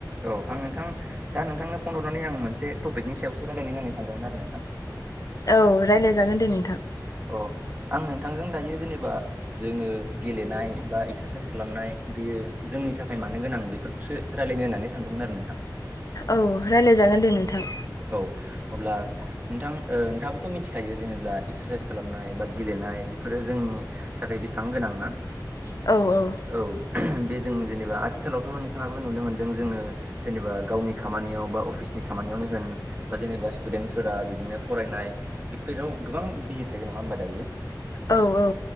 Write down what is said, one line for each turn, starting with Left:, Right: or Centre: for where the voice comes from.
Right: औ आं नोंथां दा नोंथांनो फन हरनानै आं मोनसे टपिकनि सायावसो रायलायनो होना सानदोंमोन आरो नोंथां,
Left: औ रायलायजागोन दे नोंथां,
Right: अ आं नोंथांजों दायो जेनेबा जोङो गेलेनाय बा एक्सारसाइस खालामनाय बेयो जोंनि थाखाय मानो गोनां बेफोरखौसो रायलायनो होननानै सानदोंमोन आरो नोंथां
Left: औ रायलायजागोन दे नोंथां
Right: औ अब्ला नोंथां ओ नोंथाङाबोथ' मिथिखायो जेनेब्ला एक्सारसाइस खालामनाय बा गेलेनाय बेफोरो जों थाखाय बेसां गोनांना
Left: औ औ
Right: औ बे जों जेनेबा आथिखालावथ' नोंथाङाबो नुनो मोनदों जोङो, जेनेबा गावनि खामानियाव बा अफिसनि खामानियावनो होन बा जेनेबा स्टुदेन्टफोरा बिदिनो फरायनाय बेफोराव गोबां बिजि थायो नङा होमबा दायो।
Left: औ औ